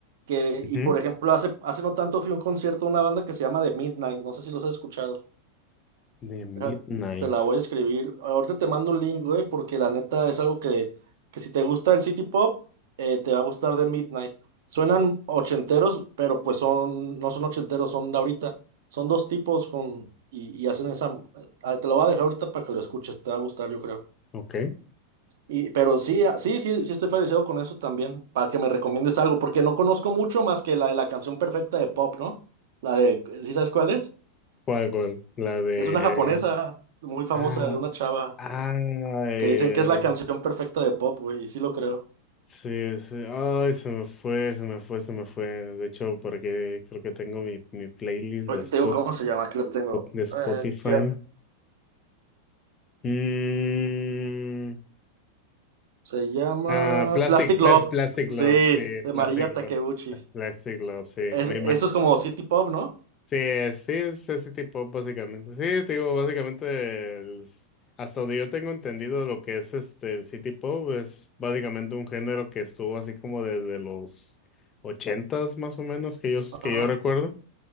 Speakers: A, on the right (about 55°); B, on the left (about 25°).
A: Que,
B: Ujú.
A: y por ejemplo, hace, hace no tanto fui a un concierto de una banda que se llama The Midnight, no sé si los has escuchado.
B: De Midnight.
A: Deja, Te la voy a escribir. Ahorita te mando un link, güey, porque la neta es algo que, que si te gusta el City Pop, eh, te va a gustar The Midnight. Suenan ochenteros, pero pues son, no son ochenteros, son de ahorita. Son dos tipos con, y, y hacen esa. eh, ah, Te lo voy a dejar ahorita para que lo escuches, te va a gustar, yo creo.
B: Ok.
A: Y, pero sí, ah, sí, sí, sí estoy familiarizado con eso también, para que me recomiendes algo, porque no conozco mucho más que la de la canción perfecta de pop, ¿no? La de, ¿sí sabes cuál es?
B: ¿Cuál, cuál? La de...
A: Es una japonesa muy famosa
B: Ah,
A: de una chava
B: Ay,
A: que dicen que es la canción perfecta de pop, güey, y sí lo creo.
B: sí, sí. Ay, se me fue, se me fue, se me fue. De hecho, porque creo que tengo mi, mi playlist
A: Ahorita
B: de Spot,
A: te digo cómo se llama, aquí lo
B: Spot-
A: tengo.
B: de Spotify.
A: Eh, ya.
B: Mm,
A: Se llama
B: ah, Plastic,
A: Plastic
B: Plas-
A: Love,
B: Plastic
A: sí,
B: Love,
A: de
B: sí, Plastic
A: María
B: Love.
A: Takeuchi.
B: Plastic Love, sí.
A: Es-
B: Me imagino.
A: eso es como City Pop, ¿no?
B: Sí, es- sí, es ese tipo, básicamente. Sí, te digo, básicamente, el- hasta donde yo tengo entendido lo que es este, el City Pop, es básicamente un género que estuvo así como desde los ochentas más o menos, que yo, que
A: Ajá.
B: yo recuerdo.